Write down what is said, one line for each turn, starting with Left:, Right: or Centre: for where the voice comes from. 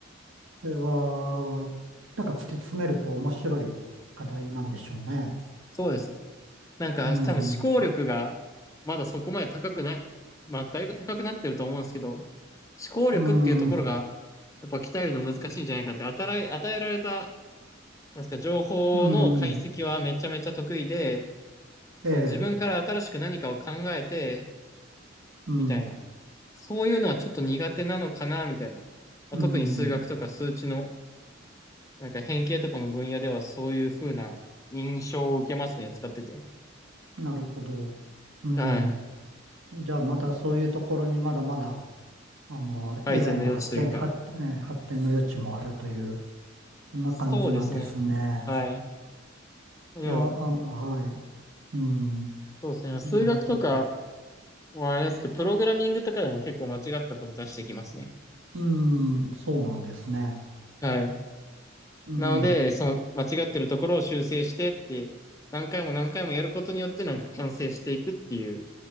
Right: それは、なんか突き詰めると面白い課題なんでしょうね。
Left: そうです。なんか多分思考力が
Right: うん。
Left: まだそこまで高くない。まあだいぶ高くなってると思うんですけど、思考力っていうところが
Right: うん、
Left: やっぱ鍛えるの難しいんじゃないかって、与え、与えられた、なんですか、情報の解析はめちゃめちゃ得意で、
Right: うん、
Left: その自分から新しく何かを考えて、
Right: ええ、うん、
Left: みたいな。そういうのはちょっと苦手なのかな、みたいな。まあ特に数学とか数値の
Right: うん、
Left: なんか変形とかの分野ではそういう風な印象を受けますね、使ってて。
Right: なるほど。うん。
Left: はい。
Right: じゃあ、まだそういうところにまだまだ、あの、AI
Left: 改善の余地というか。
Right: の発展、発展、ええ発展の余地もあるという、そんな感じなんですね。
Left: そうですね。はい。でも、
Right: いや、あの、はい。うん、
Left: そうですね。数学とか
Right: なるほど。
Left: はあれですけど、プログラミングとかでも結構間違ったこと出してきますね。
Right: うん、そうなんですね。
Left: はい。
Right: うん、
Left: なので、その間違ってるところを修正してって、何回も何回もやることによってなんか完成していくっていう